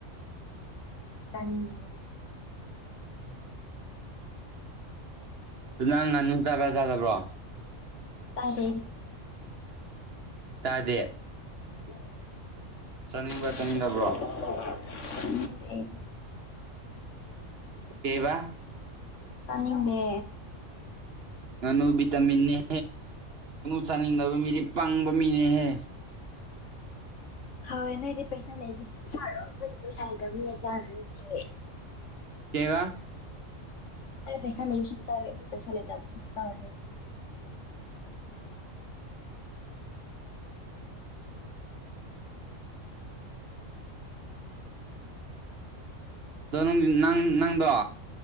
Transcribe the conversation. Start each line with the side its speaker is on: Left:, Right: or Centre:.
Left: ꯆꯅꯤꯗꯤ
Right: ꯑꯗꯨ ꯅꯪ ꯉꯥꯅꯨ ꯆꯥꯕ꯭ꯔꯥ ꯆꯥꯗꯕ꯭ꯔꯣ
Left: ꯑꯗꯦ
Right: ꯆꯥꯗꯦ
Left: <inaudible>
Right: ꯆꯥꯅꯤꯡꯕ꯭ꯔꯥ ꯆꯥꯅꯤꯡꯗꯕ꯭ꯔꯣ ꯀꯩꯕꯥ
Left: ꯇꯅꯤꯡꯗꯦ
Right: ꯅꯅꯨ ꯇꯥꯃꯤꯟꯅꯦꯦ ꯆꯥꯅꯤꯡꯗꯕ ꯃꯤꯗꯤ ꯄꯪꯕ ꯃꯤꯅꯦꯍꯦ
Left: <inaudible> ꯍꯣꯏ ꯅꯣꯏꯗꯤ ꯄꯩꯁꯥ ꯂꯩꯕꯁꯦ ꯆꯥꯔꯣ ꯑꯩꯈꯣꯏꯗꯤ ꯄꯩꯁꯥ ꯂꯩꯇꯅꯤꯅ ꯆꯥꯔꯗꯤ
Right: ꯀꯩꯕ
Left: ꯄꯩꯁꯥ ꯂꯩꯁ ꯆꯔꯦ ꯄꯩꯁꯥ ꯂꯩꯇꯁ ꯆꯔ
Right: ꯑꯗꯣ ꯅꯪ ꯅꯪꯗꯣ